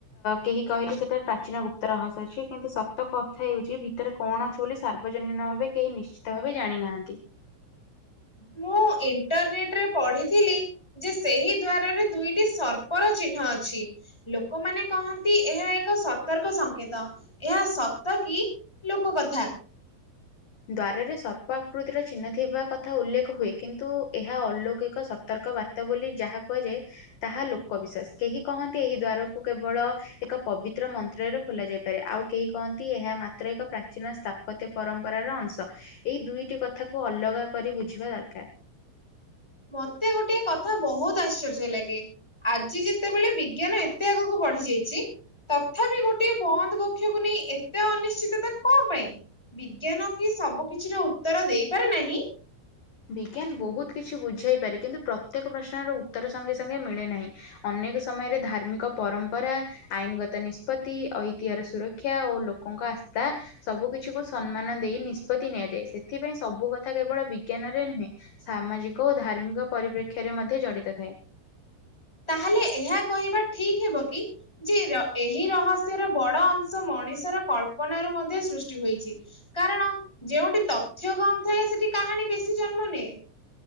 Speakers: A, on the left (about 55°); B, in the centre.
A: କେହି କହିଲେ ସେଟାରେ ପ୍ରାଚୀନ ଗୁପ୍ତ ରହସ ଅଛି କିନ୍ତୁ ସତ କଥା ହେଉଛି ଭିତରେ କଣ କଣ ଛ ବୋଲି ସାର୍ବଜନୀନ ଭାବେ କେହି ନିଶ୍ଚିତ ଭାବେ ଜାଣିନାହାନ୍ତି।
B: ମୁଁ ଇଣ୍ଟରନେଟ ରେ ପଢିଥିଲି ଯେ ସେହି ଦ୍ଵାରରେ ଦୁଇଟି ସପ ଚିହ୍ନ ଅଛି ଲୋକମାନେ କହନ୍ତି ଏହା ଏକ ସତର୍କ ସଂକେତ, ଏହା ତ କି ଲୋକ କଥା
A: ଦ୍ଵାରରେ ସର୍ପକୃତିର ଚିହ୍ନ ଥିବା କଥା ଉଲ୍ଲେଖ ହୁଏ, କିନ୍ତୁ ଏହା ଅଲୌକିକ ସତର୍କ ବାର୍ତ୍ତା ବୋଲି ଯାହା କୁହାଯାଏ, ତାହା ଲୋକ ବିଶ୍ୱାସ କେହି କହନ୍ତି ଏହି ଦ୍ୱାରକୁ କେବଳ ଏକ ପବିତ୍ର ମନ୍ତ୍ରରେ ଖୋଲାଯାଇପାରେ ଆଉ କେହି କହନ୍ତି ଏହା ମାତ୍ର ଏକ ପ୍ରାଚୀନ ସ୍ଥାପତ୍ୟ ପରମ୍ କରାର ଅଂଶ ଏହି ଦୁଇଟି କଥାକୁ ଅଲଗା କରି ବୁଝିବା ଦରକାର
B: ମତେ ଗୋଟେ କଥା ବୋହୁତ ଆଶ୍ଚର୍ଯ୍ୟ ଲାଗେ? ଆଜି ଯେତେବେଳେ ବିଜ୍ଞାନ ଏତେ ଆଗକୁ ବଢି ଯାଇଛି ତଥାପି ଗୋଟଏ ବନ୍ଦ କକ୍ଷକୁ ନେଇ ଏତେ ଅନିଶ୍ଚିତତା କଣ ପାଇଁ? ବିଜ୍ଞାନ କି ସବୁ କିଛି ତ ଉତ୍ତର ଦେଇପାରେ ନାହିଁ?
A: ବିଜ୍ଞାନ ବୋହୁତ କିଛି ବୁଝାଇ ପାରେ, କିନ୍ତୁ ପ୍ରତ୍ୟେକ ପ୍ରଶ୍ନର ଉତ୍ତର ସଙ୍ଗେ ସଙ୍ଗେ ମିଳେ ନାହିଁ ଅନେକ ସମୟରେ ଧାର୍ମିକ ପରମ୍ପରା, ଆଇନଗତ ନିଷ୍ପତି, ଐତିହର ସୁରକ୍ଷା ଓ ଲୋକଙ୍କ ଆସ୍ତା ସବୁ କିିଛିକୁ ସମ୍ମାନ ଦେଇ ନିଷ୍ପତ୍ତି ନିଆଯାଏ, ସେଥିପାଇଁ ସବୁ କଥା କେବଳ ବି ଜ୍ଞାନରେ ନୁହେଁ, ସାମାଜିକ ଓ ଧାର୍ମିକ ପରିପ୍ରେକ୍ଷୀରେ ମଧ୍ୟ ଜଡ଼ିତ ଥାଏ।
B: ତାହେଲେ ଏହା କହିବା ଠିକ ହେବ କି? ଯେ ର ଏହି ରହସ୍ୟର ବଡ ଅଂଶ ମ ମଣିଷର କଳ୍ପନାରୁ ମଧ୍ୟ ସୃଷ୍ଟି ହୋଇଛି କାରଣ ଯେଉଁଠି ତଥ୍ୟ କମ୍ ଥାଏ ସେଠି କା କାହାଣୀ ବେଶୀ ଜନ୍ମ ନିଏ।